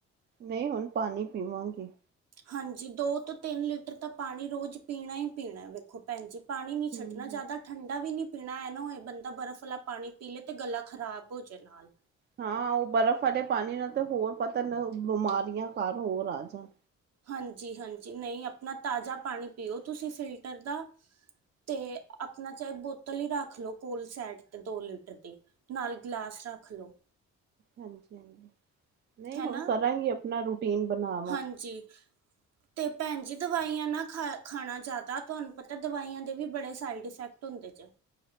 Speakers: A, on the right; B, on the right.
A: ਨਈ ਹੋਨ ਪਾਨੀ ਪੀਵਾਂਗੀ।
B: ਹਾਂਜੀ, ਦੋ ਤੋਂ ਤਿੰਨ ਲੀਟਰ ਤਾਂ ਪਾਣੀ ਰੋਜ ਪੀਣਾ ਈ ਪੀਣੈ ਵੇਖੋ ਭੈਨ ਜੀ। ਪਾਣੀ ਨੀ
A: ਹਮ
B: ਛੱਡਣਾ
A: ਹਮ
B: ਜਾਦਾ ਪਾ ਠੰਡਾ ਵੀ ਨੀ ਪੀਣਾ, ਐ ਨਾ ਹੋਏ ਬੰਦਾ ਬਰਫ਼ ਵਾਲਾ ਪਾਣੀ ਪੀ ਲੇ ਤੇ ਗਲਾ ਖ਼ਰਾਬ ਹੋ ਜੇ ਨਾਲ।
A: ਹਾਂ, ਓ ਬਰਫ ਵਾਲੇ ਪਾਨੀ ਨਾਲ ਤਾਂ ਹੋਰ ਪਤਾ ਮ ਬਮਾਰੀਆਂ ਘਾਰ ਹੋਰ ਆ ਜਾਨ
B: ਹਾਂਜੀ-ਹਾਂਜੀ, ਨਈ ਅਆਪਨਾ ਤਾਜਾ ਪਾਣੀ ਪੀਓ ਤੁਸੀਂ ਫਿਲਟਰ ਦਾ ਤੇ ਆਪਣਾ ਚਾਹੇ ਬ ਤਲ ਹੀ ਰੱਖ ਲੋ ਕੋਲ ਸੈਟ ਤੇ ਦੋ ਲੀਟਰ ਦੇ ਨਾਲ ਗਲਾਸ ਰੱਖ ਲੋ।
A: ਹਾਂਜੀ ਨਹੀਂ
B: ਹੈਨਾ
A: ਹੁਣ ਕਰਾਂਗੀ ਆਪਣਾ ਰੂਟੀਨ ਬਣਾ
B: ਹਾਂਜੀ ਤੇ ਭੈਣ ਜੀ ਦਵਾਈਆਂ ਨਾ ਖਾ ਖਾਣਾ ਜਾਦਾ ਤੁਹਾਨੂੰ ਪਤਾ ਦਵਾਈਆਂ ਦੇ ਵੀ ਬੜੇ ਸਾਈਡ ਇਫੈਕਟ ਹੁੰਦੇ ਜੇ।